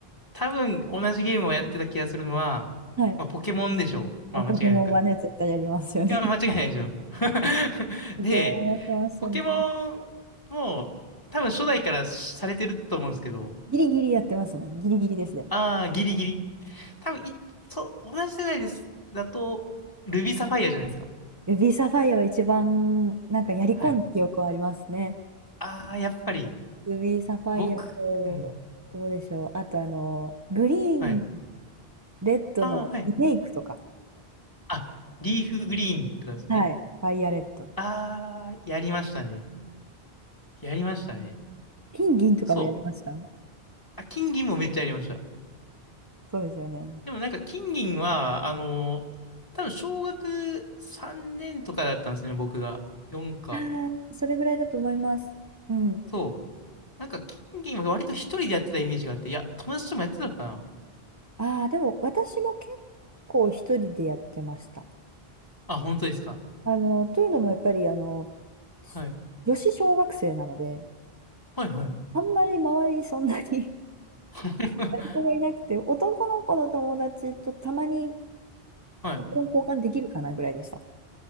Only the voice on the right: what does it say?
はい。
ポケモンはね、
絶対やりますよね。
<laughs> ポケモンやってましたね。
ギリギリやってますね。ギリギリですね。
ルビーサファイアは一番、なんかやり込んだ記憶はありますね。
ルビーサファイアと、
どうでしょう。あと、あの、グリーン、
レッドのリメイクとか。
はい。ファイアレッドとか。
金、銀とかもやりました。
うん
そうですよね。
ああ、それぐらいだと思います。うん。
ああ、でも私も結構一人でやってました。
あの、というのもやっぱり、あの、し女子小学生なので、
あんまり周りにそんなに <laughs>
誰かがいなくて、男の子の友達とたまに
ポケモン交換できるかなぐらいでした。ん